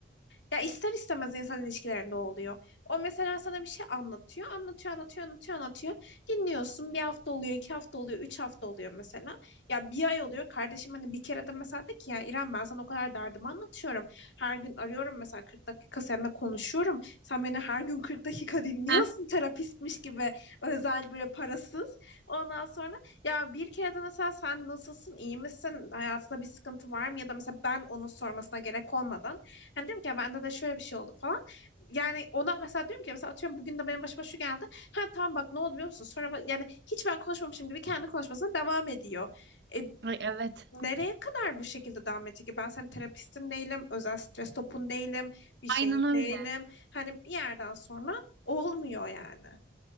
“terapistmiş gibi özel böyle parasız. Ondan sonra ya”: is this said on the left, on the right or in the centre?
Left